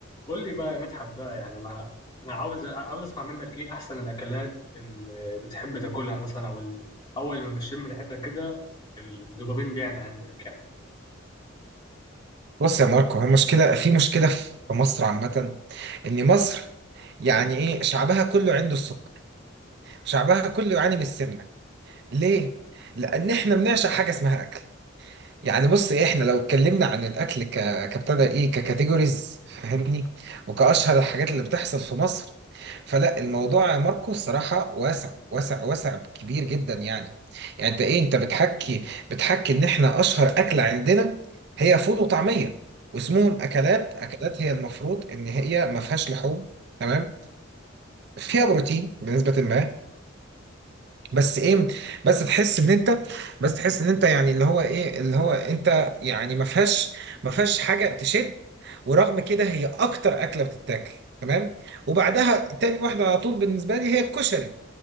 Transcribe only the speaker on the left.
قول لي بقى يا مدحت بقى يعني انا انا عاوز عاوز اسمع منك ايه احسن الاكلات اللي بتحب تاكلها مثلا او ال- اول ما بتشم ريحتها كده الدوبامين بيعلى عندك يعني